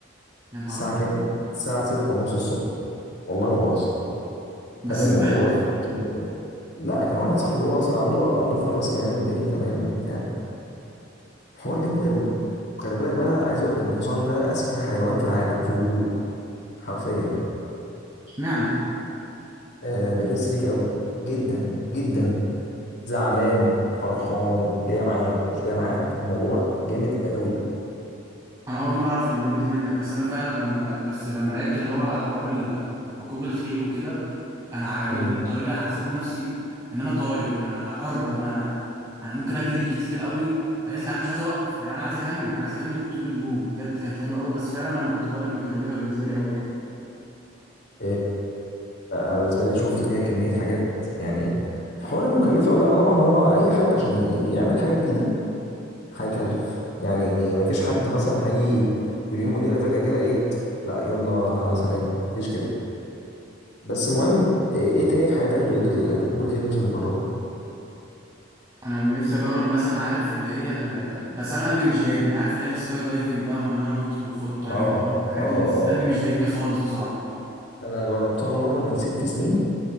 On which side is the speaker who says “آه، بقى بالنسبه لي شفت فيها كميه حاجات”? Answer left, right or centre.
Left